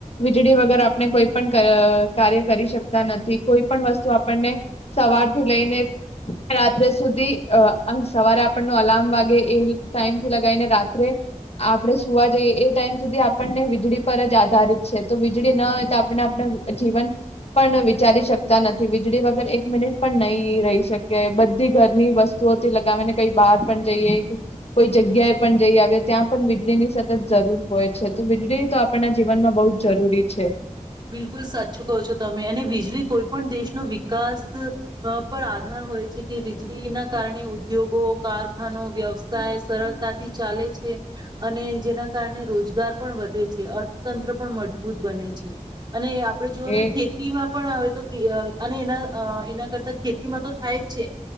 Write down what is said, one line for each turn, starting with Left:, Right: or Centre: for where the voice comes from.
Left: વીજળી વગર આપને કોઈ પણ ક કાર્ય કરી શકતા નથી કોઈ પણ વસ્તુ આપણને સવારથી લઈને રાત્રે સુધી અ સવારે આપણનો અલાર્મ વાગે એ ટાઈમથી લગાવીને રાત્રે. આપણે સુવા જઈએ એ ટાઈમ સુધી આપણને વીજળી પર જ આધારિત છે તો વીજળી ના હોય તો આપને આપણે જીવન પણ વિચારી શકતા નથી વીજળી વગર એક મિનિટ પણ નહી રહી શકે બધી ઘરની વસ્તુઓથી લગાવીને કઈ બહાર પણ જઈએ કોઈ જગ્યાએ પણ જઈ આવે. ત્યાં પણ વીજળી ની સતત જરૂર હોય છે તો વીજળી તો આપણના જીવનમાં બહુ જ જરૂરી છે.
Right: બિલકુલ સાચું કહો છો તમે અને વીજળી કોઈ પણ દેશનો વિકાસ પણ આધાર હોય છે કે વીજળીના કારણે ઉદ્યોગો કારખાનો વ્યવસાય સરળતાથી ચાલે છે અને જેના કારણે રોજગાર પણ વધે છે અર્થતંત્ર પણ મજબૂત બને છે. અને આપણે જુઓ ને
Left: એ
Right: ખેતીમાં પણ હવે તો. અને એના એના કરતા ખેતીમાં તો થાય જ છે